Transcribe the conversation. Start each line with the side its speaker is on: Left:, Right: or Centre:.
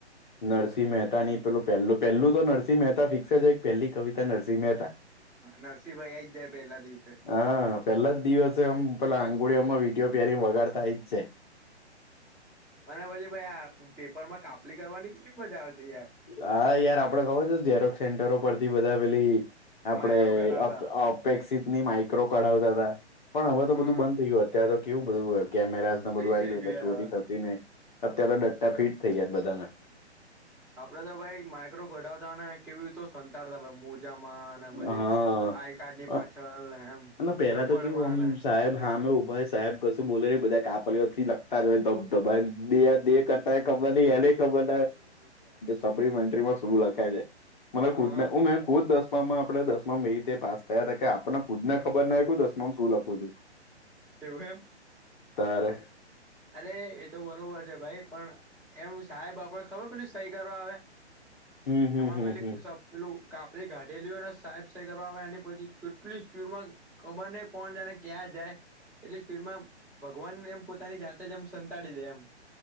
Left: નરસિંહ મહેતાની પેલું પહેલું પહેલું તો નરસિંહ મહેતા ફિક્સ છે. પહેલી કવિતા નરસિંહહે હતા.
Centre: નરસિંહભાઈ આ આવી જાય પહેલા દિવસે.
Left: હા પેલા જ દિવસે આમ પેલા આંગુળીઓમાં વિડીયો પેરિંગ વગાર થાય જ જાય.
Centre: અને પછી ભાઈ આ પેપર માં કાપલી કરવાની કેટલી મજા આવતી યાર
Left: હા યાર આપડે ખબર છે ઝરોક સેન્ટરો પરથી બધા પેલી આપડે.
Centre: માઇક્રો ઘટાવતા
Left: એપેસીતની માઇક્રો કાઢાવતા હતા પણ હવે તો
Centre: હા
Left: બધું બંધ થઈ ગયું અત્યારે તો કેવું બધું કેમેરા બધું
Centre: ઠીક
Left: આવી
Centre: થઈ
Left: ગયું એટલે
Centre: યાર
Left: ચોરી
Centre: હવે તો
Left: થતી ને અત્યાર તો ડટ્ટા ફીટ થઈ ગયા બધાના
Centre: આપડે તો ભાઈ માઈક્રો ઘઢાવતાને કેવી તો. સંતાારતાાઈ મોજામાં ને પછી
Left: હા
Centre: આઈ કાર્ડની પાછળ ને એમ
Left: પેલા
Centre: રબડમાં
Left: તો કેવું આમ
Centre: ને
Left: સાહેબ હા અમે ઉભા સાહેબ કશું બોલે નહી બધા કાપલીઓ થી લગતા જ હોય ધબધબ બે દ કરતા ક એને ખબર સપ્મેન્ટમાં શું લખાય છે મને
Centre: હા
Left: ખુદ ને હું મે ખુદ માં આપણે દસમા મે રીતે પાસ થયા હતા કે આપણે ખુદને ખબર ના કો દમામાં શું લખું છું. <inaudible>
Centre: એવું હમ.
Left: તારે
Centre: અરે એ તો બરોબર છે ભાઈ પણ એમ સાહેબ આપડ ખબર પેલી સહી કરવા આવે.
Left: હમ હમ
Centre: એમાં
Left: હમ
Centre: પેલી
Left: હમ
Centre: સ. પેલુંાપડી ગાઢેલીઓને સાહેબ કરવા આવે પછી કેટલી સ્પીડમાં ખબર નહ કોણ જાય ને ક્યાં જાય એટલી સ્પીડ માં ભગવાનને એમ પોતાની જા એમ સંતાડી દે એમ